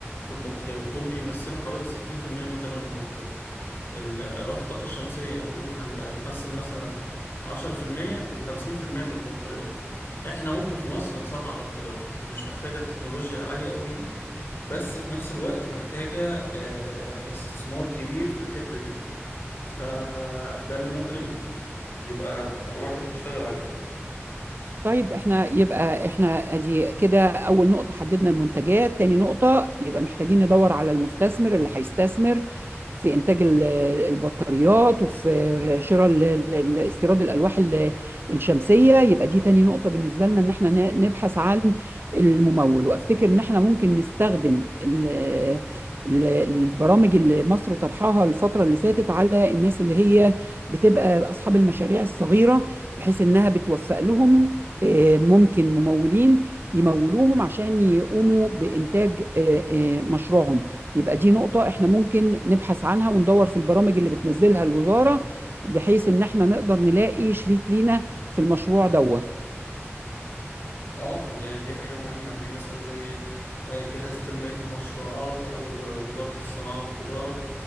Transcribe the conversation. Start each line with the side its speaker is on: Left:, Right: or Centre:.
Left: والبطاريات دول بيمثلوا حوالي 60% من تمن المنتج ال- ألواح الطاقة الشمسية قول هنبقى تمثل مثلا 10% و50% من البطاريات احنا ممكن في مصر نصنع بطاريات مش محتاجة التكنولوجيا العالية قوي دي بس في نفس الوقت محتاجة آه، استثمار كبير في الحتة دي فده اللي ممكن يبقى الح- واحد بيشتغل عليه
Right: طيب احنا يبقى احنا ادي كده اول نقطة حددنا المنتجات تاني نقطة يبقى محتاجين ندور على المستثمر اللي هيستثمر في انتاج ال- البطاريات وفي شراء ال- ال- ال- استيراد الالواح ال- الشمسية يبقى دي تاني نقطة بالنسبة لنا ان احنا ن- نبحث عن الممول وافتكر ان احنا ممكن نستخدم ال- ال- البرامج اللي مصر طرحها الفترة اللي فاتت على الناس اللي هي بتبقى أصحاب المشاريع الصغيرة بحيث إنها بتوفق لهم آه، ممكن ممولين يمولوهم عشان يقوموا بإنتاج آه، آه، مشروعهم يبقى دي نقطة احنا ممكن نبحث عنها وندور في البرامج اللي بتنزلها الوزارة بحيث ان احنا نقدر نلاقي شريك لينا في المشروع دوت
Left: اه دي حاجة مهمة في مثلا زي آه، جهاز تنمية المشروعات أو آه، وزارة الصناعة والتجارة